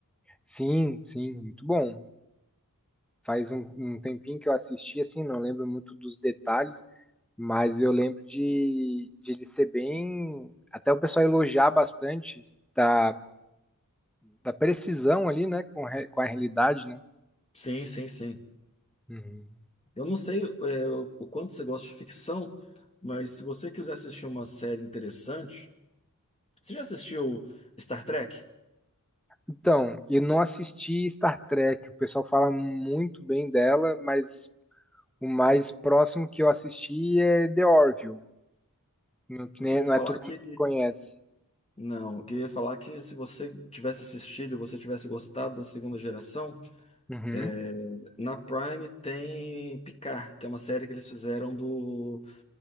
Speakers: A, in the centre; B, on the left.
A: Sim, sim, muito bom. Faz um, um tempinho que eu assisti, assim, não lembro muito dos detalhes, mas eu lembro de, de ele ser bem. Até o pessoal elogiar bastante da. da precisão ali, né, com, re- com a realidade, né?
B: Sim, sim, sim.
A: Uhum.
B: Eu não sei, é, o o quanto você gosta de ficção, mas se você quiser assistir uma série interessante, você já assistiu Star Trek?
A: Então, eu não assisti Star Trek. O pessoal fala muito bem dela, mas o mais próximo que eu assisti é The Orville, não, que
B: Porque
A: nem-
B: ele
A: não
B: ia falar
A: é todo
B: que.
A: mundo que conhece.
B: Não, eu queria falar que se você tivesse assistido, você tivesse gostado da segunda geração,
A: Uhum.
B: é, na Prime tem Picard, que é uma série que eles fizeram do